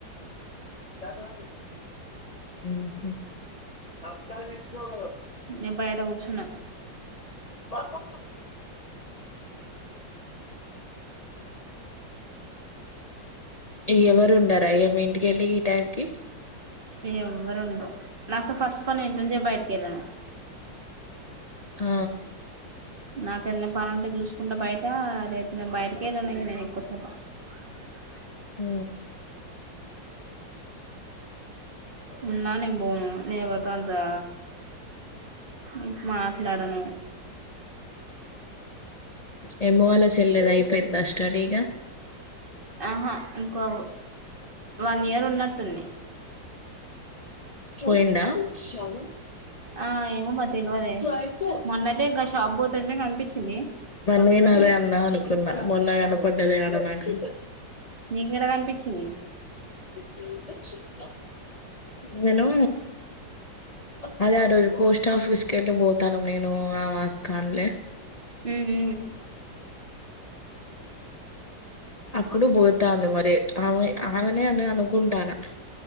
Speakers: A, on the left (about 85°); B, on the right (about 30°).
A: ఉ హు
B: నీను బయట కూర్చున్న
A: ఆహా ఇగ ఎవరు ఉండారా ఇగ మీ ఇంటిక వెళ్ళి ఈ టైం కి
B: ఎవరు ఉండరు నాస ఫస్ట్ ఆఫ్ ఆల్ నేను ఇంట్లో కెళ్ళి బయటికి వెళ్ళాను
A: ఆ
B: నాకు ఏదైనా పని ఉంటే చూసుకుంటా బయట లేకపోతే నేను బయటకు వెళ్ళను నీను ఎక్కువ శాతం మాట్లాడుతా
A: ఉ
B: ఉన్నా నీను పోను నేను పోతాందా ఉ మాట్లాడను
A: హేమ వాళ్ళ చెల్లెదీ అయిపోయిద స్టడీ ఇగ
B: ఆహా ఇంకో వన్ ఇయర్ ఉన్నట్టుంది
A: పోయిందా షాను
B: ఆ ఏమో మరి తెలవదే
A: పోయింది
B: మొన్నయితే గా షాప్ పోతుంటే కనిపించింది మరి
A: నీను
B: ఉందో
A: అదే అదే
B: పోయిందో
A: అందం అనుకున్నా మొన్ననే కనపడ్డదీ ఆడ నాకు
B: నీకేడ కనిపించింది
A: ్రిల్ హైడ్రేషన్ వినూ అదే ఆ రోజు పోస్ట్ ఆఫీస్ కెళ్ళి పోతానం నేను ఆమా క్కాన్లే
B: ఉమ్
A: అప్పుడు బోతాంది మరి ఆమె ఆమెనే అని అనుకుంటానా